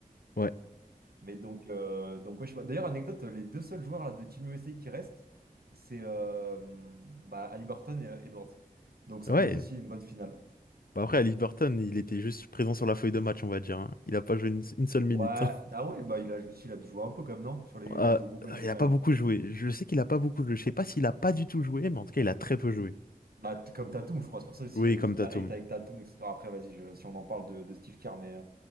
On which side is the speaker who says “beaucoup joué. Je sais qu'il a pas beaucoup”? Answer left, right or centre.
Left